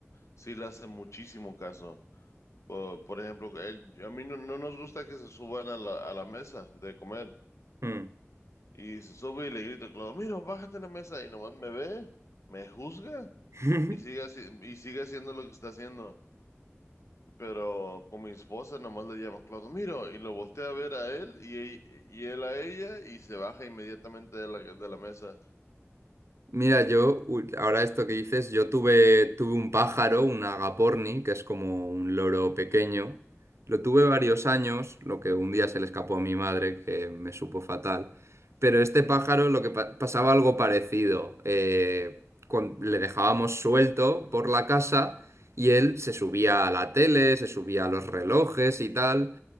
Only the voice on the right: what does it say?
Mm.
<laughs>
Mira, yo, u- ahora esto que dices, yo tuve, tuve un pájaro, un agaporni, que es como un loro pequeño. Lo tuve varios años, lo que un día se le escapó a mi madre, que me supo fatal. Pero este pájaro, lo que pa- pasaba algo parecido. eh, con- le dejábamos suelto por la casa y él se subía a la tele, se subía a los relojes y tal.